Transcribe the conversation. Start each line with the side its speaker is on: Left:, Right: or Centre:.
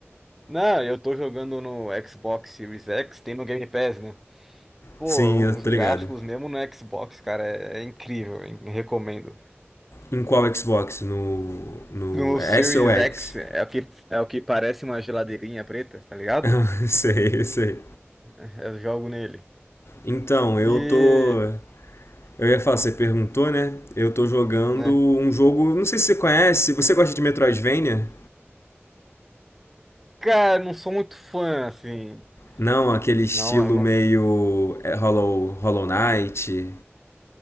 Centre: Não, eu tô jogando no Xbox Series X, tem no Game Pass, né? Pô,
Left: Sim, eu
Centre: os
Left: tô
Centre: gráficos
Left: ligado.
Centre: mesmo no Xbox, cara, é, é incrível, hein? Recomendo.
Left: Em qual Xbox? No, no
Centre: No
Left: S
Centre: Series
Left: ou X?
Centre: X é o que, é o que parece uma geladeirinha preta, tá ligado?
Left: <laughs> Sei, sei.
Centre: É, Eu jogo nele.
Left: Então, eu
Centre: E,
Left: tô. Eu ia falar, você perguntou, né? Eu tô jogando
Centre: né?
Left: um jogo. Não sei se você conhece. Você gosta de Metroidvania?
Centre: Cara, não sou muito fã, assim.
Left: Não, aquele estilo
Centre: Não, eu não.
Left: meio. é, Hollow, Hollow Knight.